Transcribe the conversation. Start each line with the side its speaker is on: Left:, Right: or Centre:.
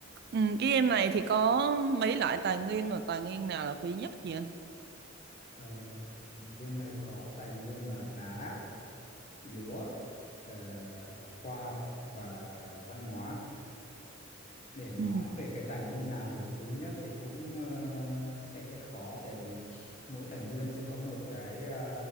Right: Ừ, cái game này thì có mấy loại tài nguyên rồi tài nguyên nào là quý nhất vậy anh?
Left: Ờ, game này có tài nguyên là đá lúa ờ, khoa học và văn hóa để nói
Right: Ừ.
Left: về cái tài nguyên nào là quý nhất thì cũng ờ, sẽ khó tại vì mỗi tài nguyên sẽ có một cái ờ,